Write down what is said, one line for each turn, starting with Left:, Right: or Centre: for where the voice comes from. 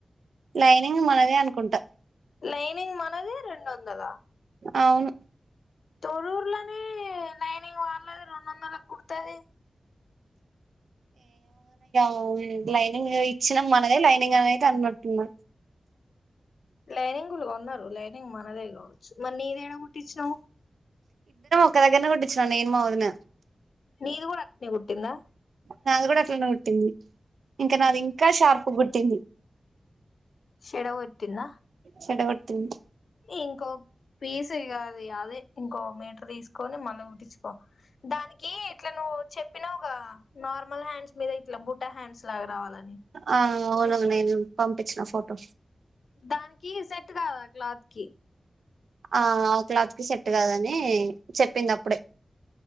Right: లైనింగ్ మనదే అనుకుంట
Left: లైనింగ్ మనదే రెండొందలా
Right: అవును
Left: తో ఉర్లనే లైనింగ్ వాడలేది రెండు వందల కుడతుది
Right: వు లైనింగ్ ఇచ్చినాం మనదే లైనింగ్ అనేయిది అనట్ున్నా
Left: లైనింగలు కొన్నారు లైనింగ్ మనదే కా మరిీ నీది ఏడ కుట్టించినావు
Right: ఒక్క దగ్గరనే కొట్టిచ్చినాను నేను మా వదిన
Left: నీది కూడా అట్లనే కుట్టిందా
Right: నాది కూడా అట్లానే కుట్టింది ఇంకా నాది ఇంకా షార్ప్ గుుట్టింది
Left: షెడ గొట్టిందా
Right: చెడ కుట్టింది
Left: ఇంకో పీస్ ఇకది అదే ఇంకో మీటర్ తీసుకొని మళ్ళీ కుట్టించుకో దానికి ఇట్లా నువ్వు చెప్పినావు కాదు నార్మల్ హ్యాండ్స్ మీద ఇట్లా బుటా హ్యాండ్స్ లాగా రావాలని
Right: ఆ అవును నేను పంపించిన ఫోటో
Left: దానికి సెట్ కాదా క్లాత్ కి
Right: ఆ ఆ క్లాత్ కి సెట్ కదని చెప్పింది అప్పుడే